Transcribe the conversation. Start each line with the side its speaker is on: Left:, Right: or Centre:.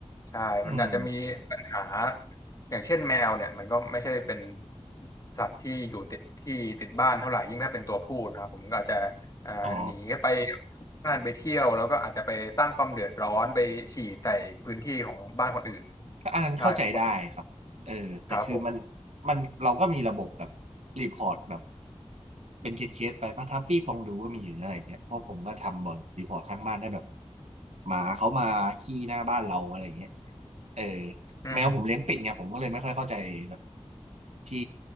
Left: ใช่มันอาจจะมีปัญหา
Right: อืม
Left: อย่างเช่นแมวเนี่ยมันก็ไม่ใช่เป็นสัตว์ที่อยู่ติดที่ติดบ้านเท่าไหร่ยิ่งถ้าเป็นตัวผู้นะครับผมก็อาจจะ อ่าหนีไป
Right: อ๋อ
Left: บ้านไปเที่ยวแล้วก็อาจจะไปสร้างความเดือดร้อนไปฉี่ใส่พื้นที่ของบ้านคนอื่น
Right: ก็อันนั้นเข้าใจได้ครับเออแต่คือมัน
Left: ใช่ผมว่าครับผม
Right: มันเราก็มีระบบแบบรีพอร์ตแบบเป็นเคสเคสไปป่ะทัฟฟี่ฟองดูก็มีอยู่อะไรเงี้ยเพราะผมก็ทำบ่อยรีพอร์ตข้างบ้านได้แบบหมาเขามาขี้หน้าบ้านเราอะไรเงี้ยเออ
Left: อื
Right: แมวผมเลี้ยงปิดไงผมก็เลยไม่ค่อยเข้าใจแบบ
Left: ม
Right: ที่